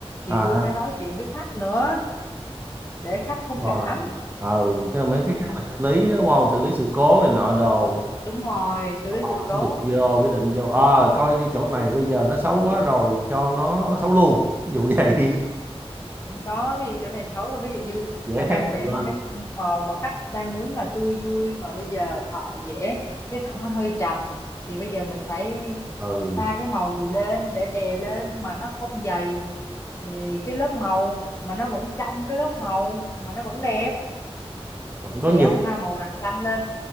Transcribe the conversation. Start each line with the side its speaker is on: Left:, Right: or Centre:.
Left: thì
Right: à
Left: tôi phải nói chuyện với khách nữa để khách thông
Right: đúng rồi
Left: cảm
Right: ờ cái mấy
Left: ừ,
Right: cái cách mà xử lý đúng không xử lý sự cố này nọ đồ
Left: đúng rồi xử
Right: các
Left: lý
Right: bạn
Left: sự cố
Right: quyết định vô quyết định vô ờ coi như chỗ này bây giờ nó xấu quá rồi cho nó xấu luôn ví dụ vậy <laughs>
Left: không có ví dụ chỗ này xấu ví dụ như
Right: dễ
Left: à, đang
Right: khác
Left: vẽ
Right: nhiều lên
Left: mà cái tông màu mà khách đang muốn là tươi vui mà bây giờ thợ vẽ cái tông nó hơi trầm thì bây giờ mình phải
Right: ừ
Left: pha cái màu gì lên để đè lên mà nó không dày thì cái lớp màu mà nó vẫn trong cái lớp màu mà nó vẫn đẹp
Right: có, có
Left: thì
Right: nhiều
Left: ông pha màu vàng chanh lên